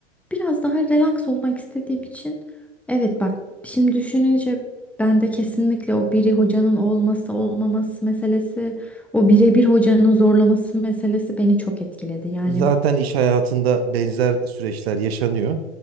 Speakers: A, in the centre; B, on the right.
A: biraz daha relax olmak istediğim için evet bak şimdi düşününce ben de kesinlikle o biri hocanın olması olmaması meselesi, o birebir hocanın zorlaması meselesi beni çok etkiledi. Yani
B: Zaten iş hayatında benzer süreçler yaşanıyor.